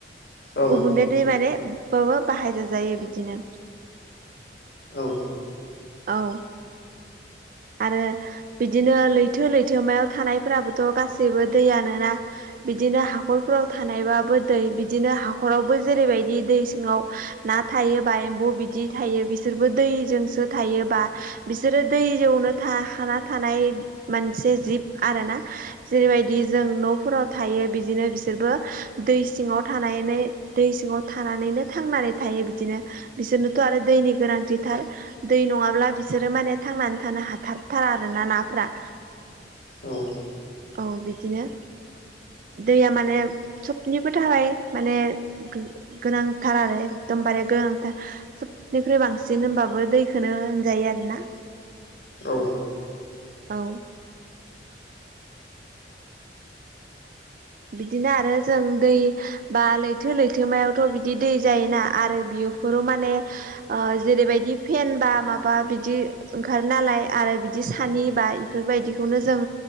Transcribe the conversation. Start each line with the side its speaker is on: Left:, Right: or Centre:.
Left: औ
Right: गुबुनले दैमाने बाबो बाहायजाजायो बिदिनो।
Left: औ।
Right: औ। आरो बिदिनो लैथो लैथोमायाव थानायफोराबोथ' गासैबो दैयानो ना। बिदिनो हाखरफोराव थानायबाबो दै बिदिनो हाखरावबो जेरैबायदि दै सिङाव ना थायोबा एम्बौ बिदि थायो बिसोरबो दैजोंसो थायोबा बिसोरो दै यावनो थाखाना थानाय मोनसे जिब आरोना? जेरैबायदि जों न'फोराव थायो बिदिनो बिसोरबो दै सिङाव थानानै दै सिङाव थानानैनो थांनानै थायो बिदिनो बिसोरनोथ' आरो दैनि गोनांथिथार दै नङाब्ला बिसोरो माने थांनानै था थानो हाथारथारा आरो ना नाफोरा।
Left: औ।
Right: औ बिदिनो। दैया माने सबनिबो थाखाय माने गो-गोनांथार आरो एकदमबारे गोनांथार। सबनिख्रुइ बांसिन होनबाबो दैखोनो होनजायो आरोना।
Left: औ
Right: औ बिदिनो आरो जों दै बा लैथो लैथोमायावथ' बिदि दै जायोना आरो बियोफोरो माने आ जेरैबायदि फेन बा माबा बिदि ओंखारो नालाय आरो बिदि सानि बा फोरबायदिखौनो जों